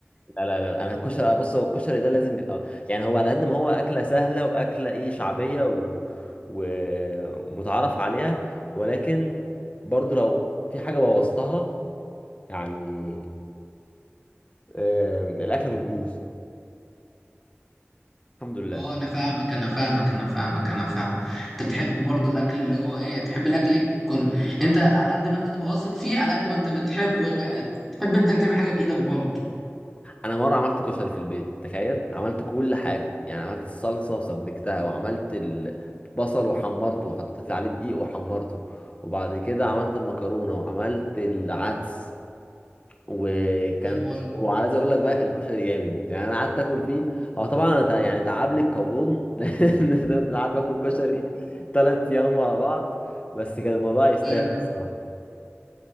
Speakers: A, on the left (about 25°); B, in the centre.
A: لا لا لا انا الكشري آه، بص هو الكشري ده لازم يبقى يعني هو على قد ما هو اكله سهله واكله ايه شعبيه و... ومتعارف عليها ولكن برضو لو في حاجه بوظتها يعني آم، الاكله بتبوظ الحمد لله
B: اه انا فاهمك انا فاهمك انا فاهمك انا فاهم انت بتحب برضو الاكل اللي هو ايه تحب الاكل يكون انت على قد ما انت تبقى واثق فيه على قد ما انت بتحب تحب انت اللي تعمل حاجه بايدك برضو
A: انا مره عملت كشري في البيت تخيل عملت كل حاجه يعني عملت الصلصه وسبكتها وعملت البصل وحمرته وحطيت عليه دقيق وحمرته وبعد كده عملت المكرونه وعملت العدس وكان
B: طيب والله
A: وعايز اقول لك بقى كان كشري جامد يعني انا قعدت اكل فيه هو طبعا أنا تع- يعني تعب لي القولون <laughs> لان أنا قاعد باكل كشري ثلاث ايام ورا بعض بس كان الموضوع يستاهل
B: طيب
A: الصراحه